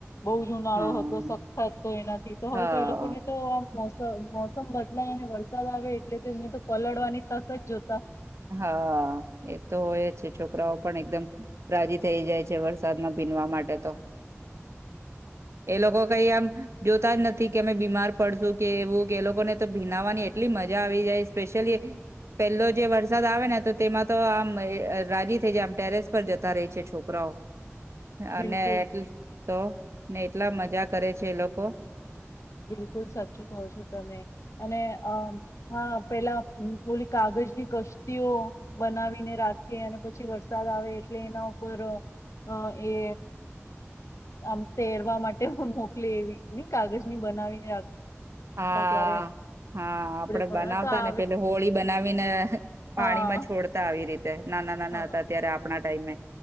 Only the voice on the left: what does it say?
બઉજ ઉનાળો
હતો, સખત તો એના તો હવે
તો એ લોકોને તો આમ મોસમ, મોસમ બદલાય અને વરસાદ આવે, એટલે તેમને તો પલળવાની તક જ જો
બિલકુલ
બિલકુલ સાચું કહો છો તમે, અને અ હા પેલા હોલી કાગજની કશ્તીઓ બનાવીને રાખીએ, અને પછી વરસાદ આવે એટલે એના ઉપર અ એ આમ તેરવા માટે મોકલી એવી, કાગજ ની બનાવીને
ત્યારે
પણ
આ તો આવે
હા
હા